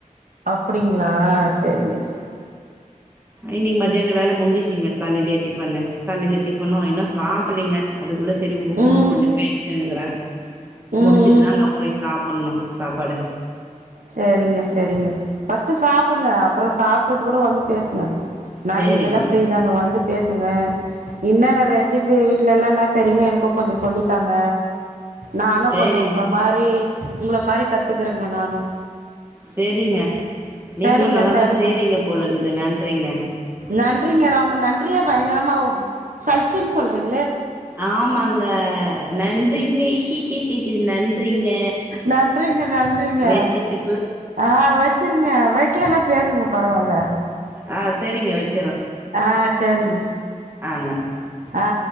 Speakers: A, on the right (about 75°); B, on the right (about 15°).
A: அப்டிங்களா செரிங்க செரி
B: இன்னைக்கு மதியானோ வேல முடிச்சுசுங்க காலையிலயே டிஃபனு காலையில டிஃபனு இன்னு சாப்பலீங்க அதுக்குள்ள சரி உங்க ஃபோன
A: ம்
B: கொஞ்சம்
A: ம்
B: பேசினுக்கிறே
A: ம்
B: முடிச்சுட்டுதாங்க போய் சாப்புண்ணு சாப்பாடு
A: செரிங்க செரிங்க ஃபர்ஸ்ட்டு சாப்புடுங்க அப்பறோ சாப்ட்டுட்டு கூட வந்து பேசுங்க நா
B: சரிங்க
A: இன்னைக்கெல்ல ஃப்ரீ தாங்க வந்துட் பேசுங்க இன்னன்ன ரெசிபி வீட்லெல்லா நா செஞ் செரிங்க எனக்கு கொஞ்சோ சொல்லித்தாங்க நானு
B: சரிங்க
A: கொஞ்சோ உங்கள மாரி உங்கள மாரி கத்துக்குறங்க நானு
B: சரிங்க நீங்களும்
A: சரிங்க
B: நல்லாதா
A: சரிங்க
B: செய்றீங்க போலகுது நன்றிங்க
A: நன்றிங்க ரொம்ப நன்றிய பயங்கரமா சல்ச்சினு சொல்றீங்க
B: ஆமாங்க நன்றிங் நன்றிங்க
A: நன்றிங்க நன்றிங்க
B: வெச்சுட்டு
A: ஆ வச்சிருங்க வைக்கலென்னா பேசுங்க பரவாயில்ல
B: ஆ செரிங்க வச்
A: ஆ செரிங்
B: ஆங்க
A: ஆ